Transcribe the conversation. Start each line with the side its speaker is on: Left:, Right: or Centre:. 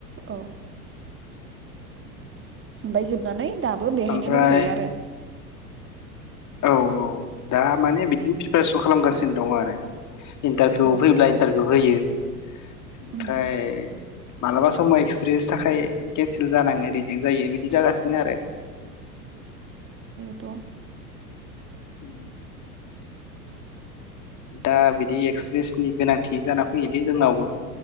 Right: अ ओमफाय जोबनानै। दाबो बेहायनो
Left: ओमफ्राय
Right: दंथ'यो आरो।
Left: औ औ दा माने बिदिनो प्रिपेरेसन खालामगासिनो दं आरो। इन्टारभिउ
Right: औ
Left: फैब्ला इन्टारभिउ होयो। ओमफ्राय।
Right: उम
Left: मालाबा समाव एक्सपिरियेन्स थाखाय केन्सेल जानाङो रिजेक्ट जायो बिदि जागासिनो आरो।
Right: थ'
Left: उम दा बि एक्सप्रिरेनसनि गोनां थि जाना फैयो बे जोंनावबो